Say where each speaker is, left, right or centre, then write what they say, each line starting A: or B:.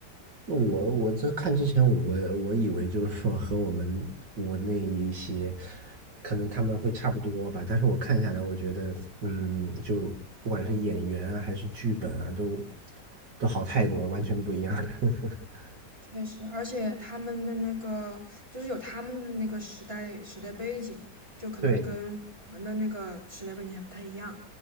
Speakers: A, on the right; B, on the right.
A: 我我这看之前我我以为就是说和我们国内一些，
B: 嗯。
A: 可能他们会差不多吧，但是我看下来，我觉得，嗯，就不管是演员啊还是剧本啊，都都好太多，完全不一样。<laughs>
B: 确实，而且他们的那个就是有他们的那个时代时代背景，就可能跟我们的那个时代背景还不太一样。
A: 对，